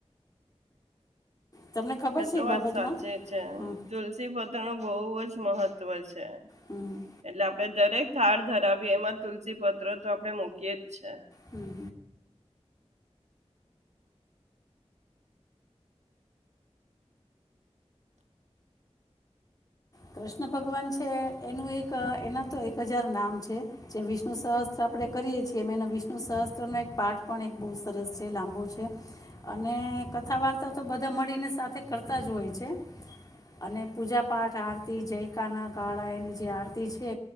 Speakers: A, on the left (about 35°); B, on the right (about 80°).
A: તમને ખબર
B: એતો
A: છે એ
B: વાત
A: બાબતમાં
B: સાચી છે
A: હમ
B: તુલસી પતણો બવ જ એ જ મહત્વ છે.
A: હમ
B: એટલે આપડે દરેક થાડ ધર એમાં તુલસી પત્ર તો આપણે મૂકીએ જ અચ્છા.
A: હમ કૃષ્ણ ભગવાન છે એનું એક એના તો એક હજાર નામ છે જે વિષ્ણુ સહસ્ત્ર આપણે કરીય છીએ વિષ્ણુ સહસ્ત્રનો એક પાઠ પણ એક બહુ સરસ છે લાંબો છે અને કથા વાર્તા તો બધા મળીને સાથે કરતા જ હોય છે. છે અને પૂજા પાઠ આર જય કના કાળા એની જે આરતી છે